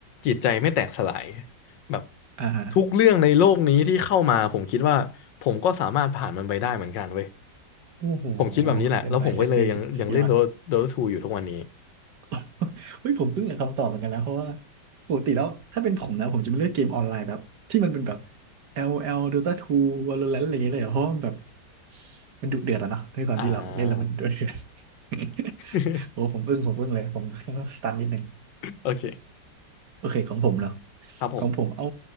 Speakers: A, on the left; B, on the right.
A: จิตใจไม่แตกสลายแบบ
B: อ่าฮะ
A: ทุกเรื่องในโลกนี้ที่เข้ามาผมคิดว่าผมก็สามารถผ่านมันไปได้เหมือนกันเว้ย
B: โอ้โห
A: ผมคิดแบบนี้แหละแล้วผมก็เลยยังยังเล่น
B: เป็นไวซ์เซตที่สยอด
A: Dota Dota ทูอยู่ทุกวันนี้
B: <laughs> เฮ้ยผมอึ้งอยากับคำตอบเหมือนกันนะเพราะว่าปกติแล้วถ้าเป็นผมนะผมจะไม่เลือกเกมออนไลน์แบบที่มันเป็นแบบ LOL Dota 2 Valorant อะไรอย่างเงี้ยเลยอะเพราะว่ามันแบบมันดุเดือดอะเนาะในความที่เราเล่นแล้วมันดุเดือด
A: อ่า
B: <laughs>
A: <laughs>
B: โอ้ผมอึ้งผมอึ้งเลยผมสตันนิดหนึ่ง
A: โอเค
B: โอเคของผมเนาะ
A: ครับผม
B: ของผมเอา